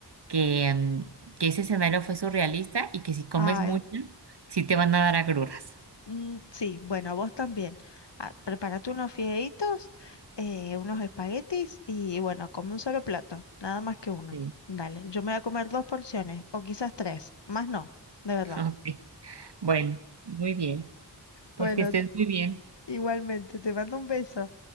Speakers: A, on the right; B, on the left.
A: que, mm, que ese escenario fue surrealista y que si comes
B: Ay,
A: mucho, sí te van a dar agruras.
B: mm, sí, bueno, vos también. Ah, prepárate unos fideitos, eh, unos espaguetis y bueno, come un solo plato, nada más que uno.
A: Sí,
B: Dale, yo me voy a comer dos porciones o quizás tres, más no, de verdad.
A: <laughs> ok, bueno, muy bien, pues
B: Bueno,
A: que estés muy bien.
B: igualmente, te mando un beso.